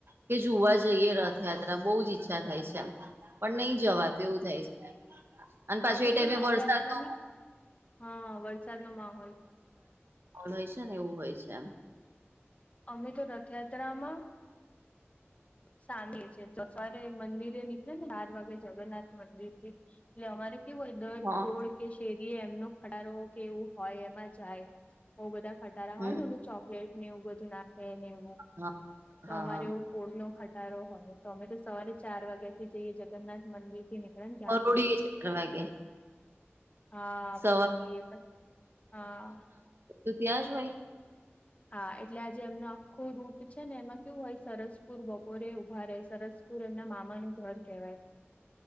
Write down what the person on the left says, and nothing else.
હા
અમે
તો રથયાત્રાની
હા વરસાદ નો મામ
અમે તો રથયાત્રામાં સામેી છે, સવારે મંદિરે નીકળે ને બાર વાગે જગન્નાથ મંદિર થી એટલે અમાર કેવું હોય દર
કોળ કે શેરીએ એમનો ખટારો કે એવું હોય એમાં જાય બઉ બધા ખટારા
હોય ને ઓધું ચોકલેટ ને એવું બધું નાખે ને એવું
તો
અમારેવું
ઓળ નો ખટારો હોય તો અમે તો સવારે ચાર વાગ્યા થી જઈએ જગન્નાથ મંદિર થી ને મ ક્યાં
છે.
હા
પરોડીએ પછી હા
હા એટલે આ જેે એમનો આખો રૂટ છે, ને એમાં કેવું હોય સરસપુર બપોરે ઉભા રે સરસુ પુર એમના મામાનું ઘર કેહેવાય